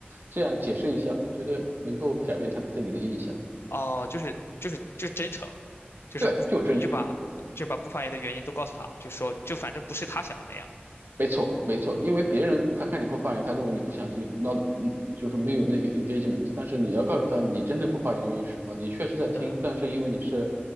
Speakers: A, on the right; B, on the left.
A: 这样解释一下，我觉得能够改变他的对你的印象。
B: 哦，就是就是就是真诚，就是不，
A: 对，就是真诚。
B: 你就把就把不发言的原因都告诉他，就说就反正不是他想的那样。
A: 没错，没错，因为别人他看你不发言，他认为你不相信，那嗯就是没有那个 engagement。但是你要告诉他，你真的不发言的原因是什么？你确实在听，
B: 嗯
A: 但是因为你是，